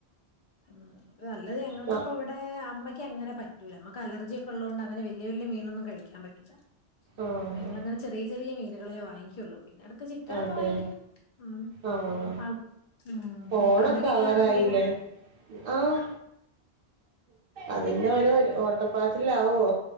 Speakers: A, on the left (about 60°); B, on the right (about 60°).
A: ആഹ് നല്ലത് ഞങ്ങൾക്ക്
B: മ
A: ഇപ്പം ഇവ് ടെ അമ്മയ്ക്ക് അങ്ങനെ പറ്റൂല അമ്മക്ക് അലർജിയൊക്കെ ഉള്ളോണ്ട് അങ്ങനെ വല്യ വല്യ മീനൊന്നും കഴിക്കാൻ പറ്റൂല
B: ആഹ്
A: അപ്പൊ ഞങ്ങളങ്ങനെ ചെറിയ ചെറിയ മീനുകളെ വാങ്ങിക്കുള്ളോ പിന്നെ ഇടക്ക് ചിക്കനൊക്കെ
B: അതെ
A: വാങ്ങിക്കും. ഉം.
B: ആഹ്
A: ആൾ ഉം.
B: ഓണക്കെ
A: അവിടെ എങ്ങനെയാ
B: അവറായില്ലേ.
A: മീന്?
B: ആഹ് അതിന്റെ ഓരോ ഓട്ടപ്പാച്ചിലാവോ